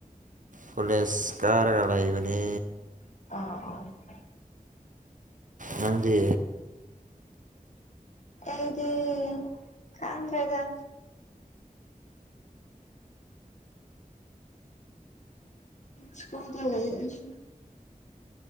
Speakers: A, on the right; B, on the left.
A: ꯀꯣꯂꯦꯁ ꯀꯥꯔꯒ ꯂꯩꯕꯅꯦ
B: <inaudible>
A: ꯅꯪꯗꯤ
B: ꯑꯩꯗꯤ ꯈꯪꯗ꯭ꯔꯦꯗ ꯏꯁ꯭ꯀꯨꯜꯗ ꯂꯩꯑꯦ ꯑꯩꯁꯨ